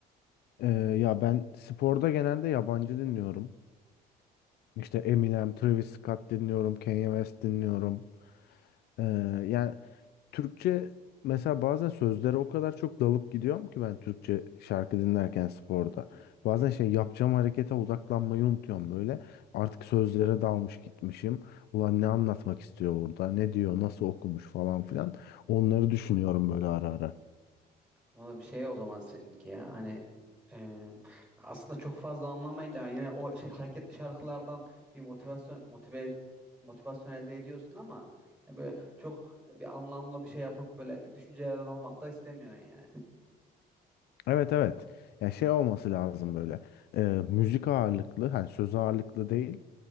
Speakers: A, on the left; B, in the centre.
A: Ee, ya ben sporda genelde yabancı dinliyorum. İşte Eminem, Travis Scott dinliyorum, Kanye West dinliyorum. Ee, yani Türkçe mesela bazen sözlere o kadar çok dalıp gidiyorum ki ben Türkçe şarkı dinlerken sporda.
B: Hı. hı.
A: Bazen şey yapacağım harekete odaklanmayı unutuyorum böyle. Artık sözlere dalmış gitmişim. Ulan ne anlatmak istiyor burada? Ne diyor? Nasıl okumuş falan filan. Onları düşünüyorum böyle ara ara.
B: Anladım. Şey o zaman seninki ya. Hani e, aslında çok fazla anlamayınca yine o şey, hareketli şarkılardan bir motivasyon motive motivasyon elde ediyorsun ama yani böyle çok bir anlamlı bir şey yapıp böyle düşüncelere dalmak da istemiyorsun yani.
A: Evet evet. Ya şey olması lazım böyle. e, müzik ağırlıklı, hani söz ağırlıklı değil.